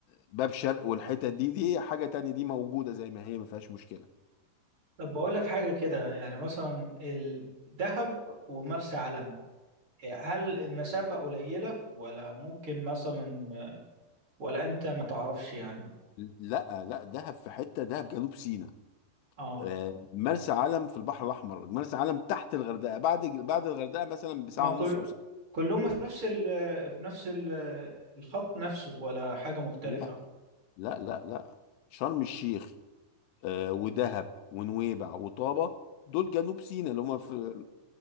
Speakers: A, on the left; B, on the right.
A: باب شرق والحتت دي دي حاجة تانية دي موجودة زي ما هي ما فيهاش مشكلة
B: طب بقول لك حاجه كده يعني مثلا ال- دهب ومرسى علم هل المسافه قليله ولا ممكن مثلا ولا انت ما تعرفش يعني
A: لا لا دهب في حتة دهب جنوب سيناء
B: اه
A: آه، مرسى علم في البحر الأحمر مرسى علم تحت الغردقة بعد بعد الغردقة مثلا بساعة
B: ما كل
A: ونص أو ساعة
B: كلهم في نفس ال في نفس ال الخط نفسه ولا حاجه مختلفه
A: لا لا لا لا شرم الشيخ آه، ودهب ونويبع وطابة دول جنوب سيناء اللي هم في